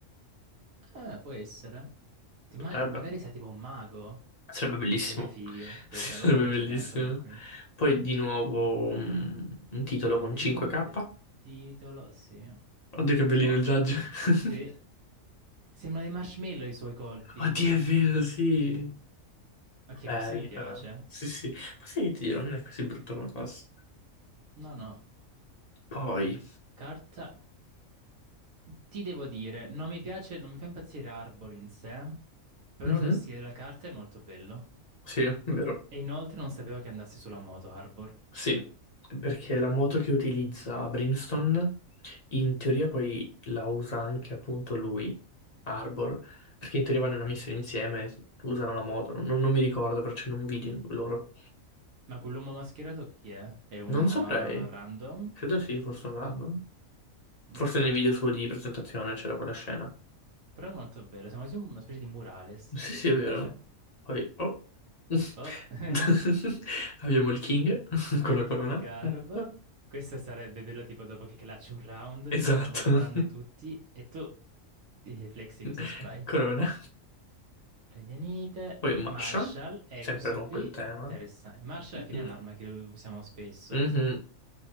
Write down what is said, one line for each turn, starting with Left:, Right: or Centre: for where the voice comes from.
Right: Eh, può essere. Ti
Left: Potrebbe.
Right: ma- magari sei tipo un mago?
Left: Sarebbe bellissimo.
Right: Sarebbe figo,
Left: <laughs>
Right: questo
Left: Sì, Sarebbe
Right: lo vorrei
Left: bellissimo.
Right: giocare solo per quello.
Left: Poi di nuovo mm, un titolo
Right: Radianite,
Left: con 5K.
Right: titolo, sì.
Left: Oddio che bellino
Right: Oh,
Left: il judge. <laughs>
Right: sì. Sembra dei marshmallow i suoi colpi.
Left: Oddio è vero, sì.
Right: Ok,
Left: Belli
Right: questo mi piace.
Left: però. Sì, sì. Ma sai che ti dirò, non è così brutto come passa.
Right: No, no.
Left: Poi.
Right: Carta... Ti devo dire, non mi piace, non mi fa impazzire Arbor in sé, però
Left: Mhm.
Right: lo stile della carta è molto bello.
Left: Sì, è vero.
Right: E inoltre non sapevo che andasse sulla moto Arbor.
Left: Sì, perché la moto che utilizza Brimstone in teoria poi la usa anche appunto lui, Arbor, perché in teoria vanno in una missione insieme, usano la moto, non, non mi ricordo, però c'è in un video in- loro.
Right: Ma quell'uomo mascherato chi è? È uno
Left: Non saprei,
Right: eh, random?
Left: credo sì, forse un random.
Right: Mm.
Left: Forse nel video suo di presentazione c'era quella scena.
Right: Però è molto bello, sembra quasi una specie di murales.
Left: Sì, sì,
Right: Mi
Left: è vero.
Right: piace.
Left: Poi, oh. <laughs>
Right: Oh, <laughs>
Left: Abbiamo il King <laughs> con
Right: il
Left: la corona.
Right: King Armor.
Left: <laughs>
Right: Questo sarebbe bello tipo dopo che clasci un round,
Left: Esatto.
Right: ti stanno guardando in tutti e tu ti flexi
Left: <laughs>
Right: questo spray.
Left: Corona.
Right: Radianite,
Left: Poi un Marshall,
Right: Marshall e
Left: sempre
Right: questo
Left: con
Right: qui,
Left: quel tema.
Right: interessante. Marshall alla fine
Left: Mm.
Right: è un'arma che usiamo spesso.
Left: Mhm.